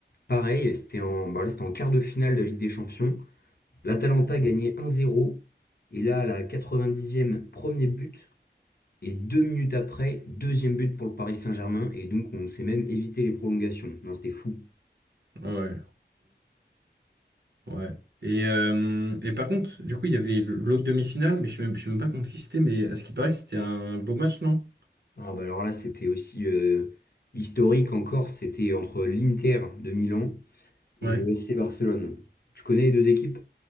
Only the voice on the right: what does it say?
Ouais. Ouais. Et, euh, et par contre, du coup, il y avait l'autre demi-finale, mais je ne sais même, je sais même pas contre qui c'était, mais à ce qui paraît, c'était un beau match, non?
Ouais.